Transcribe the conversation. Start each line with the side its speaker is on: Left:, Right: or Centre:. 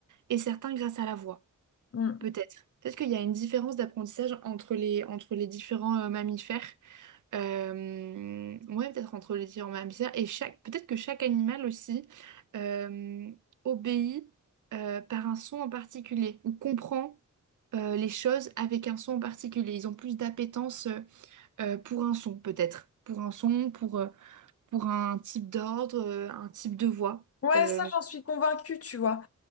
Right: et certains grâce à la voix.
Left: Mm.
Right: Peut-être. Peut-être qu'il y a une différence d'apprentissage entre les, entre les différents euh, mammifères. Euh, ouais, peut-être entre les différents mammifères. Et chaque, peut-être que chaque animal aussi euh, obéit euh, par un son en particulier ou comprend euh, les choses avec un son en particulier. Ils ont plus d'appétence euh, pour un son, peut-être. Pour un son, pour, euh, pour un type d'ordre, euh, un type de voix.
Left: Ouais,
Right: Euh,
Left: ça, j'en suis convaincue, tu vois.